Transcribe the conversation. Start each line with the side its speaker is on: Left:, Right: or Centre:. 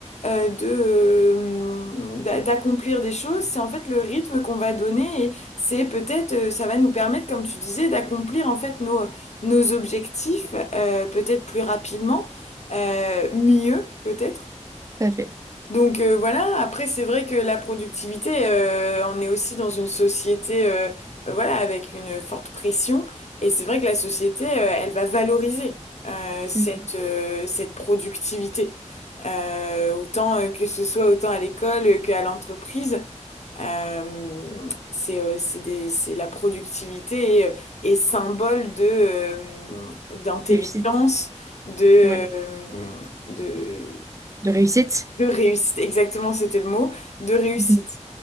Left: euh, de, euh, d'a- d'accomplir des choses, c'est en fait le rythme qu'on va donner et c'est peut-être, euh, ça va nous permettre, comme tu disais, d'accomplir en fait nos, nos objectifs, euh, peut-être plus rapidement, euh, mieux peut-être.
Right: Tout à fait.
Left: Donc euh, voilà, après c'est vrai que la productivité, euh, on est aussi dans une société euh, euh, voilà, avec une forte pression et c'est vrai que la société, euh, elle va valoriser euh, cette,
Right: Mm.
Left: euh, cette productivité, Euh, autant euh, que ce soit autant à l'école euh, qu'à l'entreprise. Euh, c'est euh, c'est des c'est la productivité est, est symbole de euh, d'intelligence
Right: Réussite.
Left: de
Right: Ouais.
Left: euh, de
Right: De réussite.
Left: de réussite, exactement, c'était le mot, de réussite.
Right: Mhm.